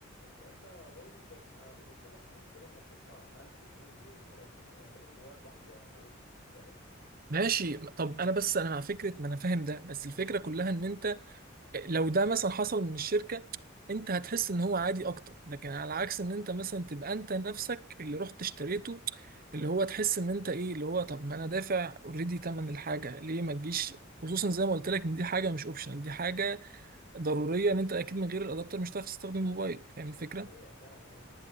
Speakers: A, on the left; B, on the right.
A: فانت اظن مش هيبقى بالنسبه لك مشكله انك تدفع 1000 جنيه وتجيب الادابتر يعني اعتبر موبايل ب 41 فاهم
B: ماشي طب انا بس انا مع فكره ما انا فاهم ده بس الفكره كلها ان انت لو ده مثلا حصل من الشركة انت هتحس ان هو عادي اكتر لكن على عكس ان انت مثلا تبقى انت نفسك اللي رحت اشتريته اللي هو تحس ان انت ايه اللي هو طب ما انا دافع اوريدي تمن الحاجة ليه ما تجيش خصوصا زي ما قلت لك ان دي حاجة مش اوبشنال دي حاجة ضرورية ان انت اكيد من غير الادابتر مش هتعرف تستخدم الموبايل فاهم الفكرة
A: حقيقه فعلا اه